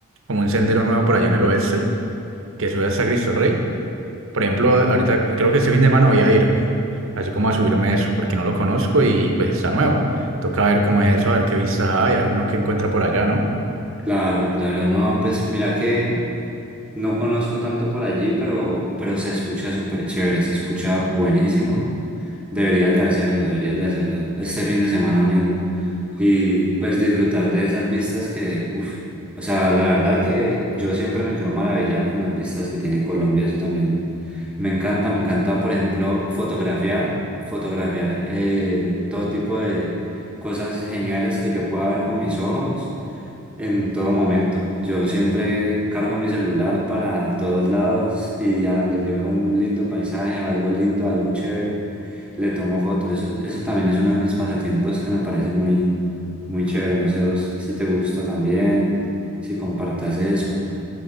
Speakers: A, on the right; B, in the centre.
A: como un sendero nuevo por allá en el oeste que sube hasta Cristo Rey. Por ejemplo, ahorita creo que este fin de semana voy a ir así como a subirme eso, porque no lo conozco y pues está nuevo. Toca ver cómo es eso, a ver qué vistas hay, a ver uno que encuentra por allá, ¿no?
B: Claro, claro, no, pues mira que No conozco tanto por allí, pero, pero se escucha súper chévere, se escucha buenísimo. Deberías de hacerlo, deberías de hacerlo este fin de semana mismo. Y pues disfrutar de esas vistas que, uff, o sea, la verdad que yo siempre me quedo maravillado con las vistas que tiene Colombia, eso también. Me encanta, me encanta, por ejemplo, fotografiar, fotografiar eh, todo tipo de cosas geniales que yo pueda ver con mis ojos. En todo momento. Yo siempre cargo mi celular para todos lados y a donde yo veo un lindo paisaje o algo lindo, algo chévere, le tomo foto. Eso, eso también es uno de mis pasatiempos que me parece muy, muy chévere. No sé vos si te gusta también, si compartas eso.